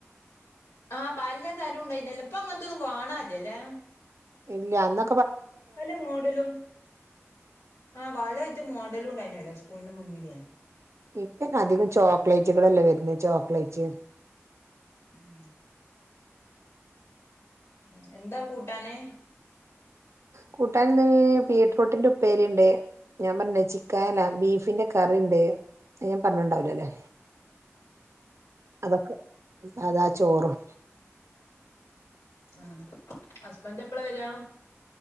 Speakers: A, on the left (about 90°); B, on the right (about 70°).
A: ആഹ് പല തരും ഇണ്ടായ്ന്നല്ലോ ഇപ്പ അങ്ങനത്തൊന്നും കാണില്ല്യലേ.
B: ഇല്ല്യ അന്നൊ
A: പല മോഡലും ആ വാല റ്റ് മോഡലും ഉണ്ടായ്നല്ലോ സ്കൂളിന്റെ മുന്നില്
B: ഇപ്പന്നെ അധികും ചോക്ലേറ്റുകളല്ലേ വര്ന് ചോക്ലേറ്റ്
A: ഉം ഉം എന്താ കൂട്ടാന്?
B: കൂട്ടാന് ന്ന് ബീട്രൂട്ടിന്റെ ഉപ്പേരിണ്ട് ഞാൻ പറഞ്ഞിലേ ചിക്കനല്ല ബീഫിന്റെ കറി അത് ഞാൻ പറഞ്ഞ്ണ്ടാവൂല ലേ അതൊക്കെ സാദാ ചോറും
A: ആഹ് ഹസ്ബൻറ് എപ്പളാ വരാ